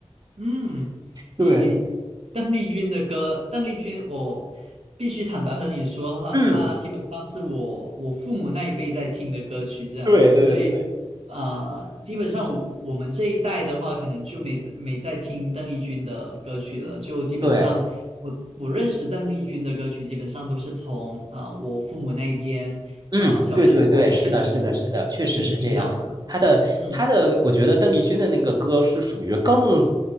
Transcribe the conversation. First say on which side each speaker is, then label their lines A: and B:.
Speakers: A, on the right; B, on the right.
A: 嗯，
B: 对
A: 你邓丽君的歌，邓丽君，我必须坦白和你说，她她基本上是我我父母那一辈在听的歌曲这样子，
B: 嗯，对对对，
A: 所以呃，基本上我我们这一代的话，可能就没在没在听邓丽君的歌曲了，就基本上我我认识邓丽君的歌曲，
B: 对。
A: 基本上都是从啊、呃我父母那边啊、
B: 嗯，
A: 呃小时候开始
B: 对对对，是的，是的，是的，确实是这样。
A: 听听到的，
B: 他的他的，
A: 嗯，
B: 我觉得邓丽君的那个歌是属于更